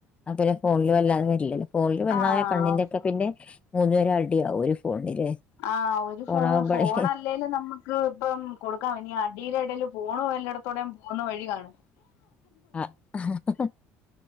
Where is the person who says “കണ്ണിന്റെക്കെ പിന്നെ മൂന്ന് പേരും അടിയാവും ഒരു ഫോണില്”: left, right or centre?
Left